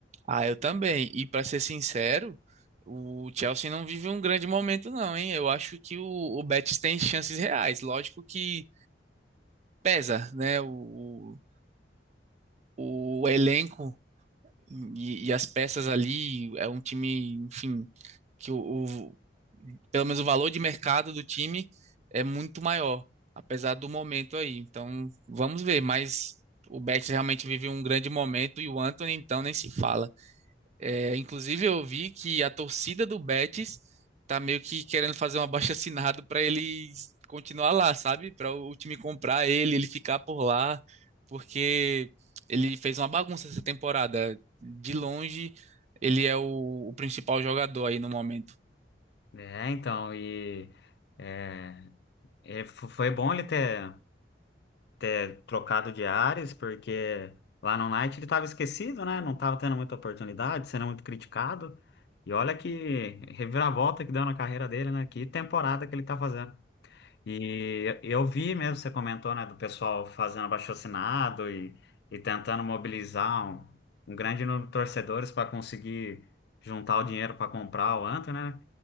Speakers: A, on the right; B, on the left.
A: Ah, eu também. E para ser sincero, o Chelsea não vive um grande momento, não, hein? Eu acho que o, o Betis tem chances reais. Lógico que pesa, né? O, o, o elenco e, e as peças ali é um time, enfim, que o, o- pelo menos o valor de mercado do time é muito maior, apesar do momento aí. Então, vamos ver. Mas o Betis realmente vive um grande momento e o Antony, então, nem se fala. É, inclusive, eu vi que a torcida do Betis tá meio que querendo fazer um abaixo-assinado para ele continuar lá, sabe? Para o time comprar ele, ele ficar por lá, porque ele fez uma bagunça essa temporada. De longe, ele é o, o principal jogador aí no momento.
B: É, então, e é, é, fo- foi bom ele ter, ter trocado de ares, porque lá no Knight ele estava esquecido, né? Não estava tendo muita oportunidade, sendo muito criticado. E olha que reviravolta que deu na carreira dele, né? Que temporada que ele tá fazendo. E eu vi mesmo, você comentou, né, do pessoal fazendo abaixo-assinado e, e tentando mobilizar um, um grande número de torcedores para conseguir juntar o dinheiro para comprar o Antony, né?